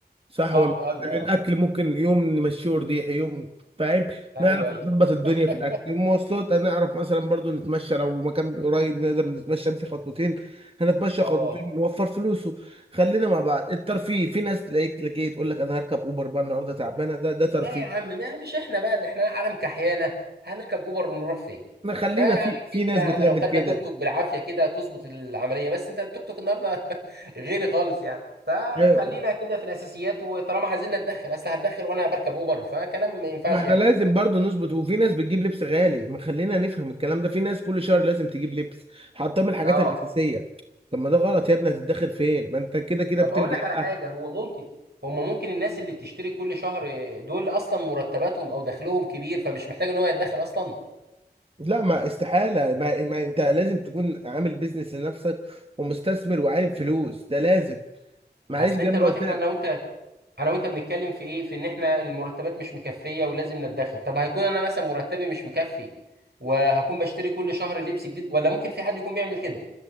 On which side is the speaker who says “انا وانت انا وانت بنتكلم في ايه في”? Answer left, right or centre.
Right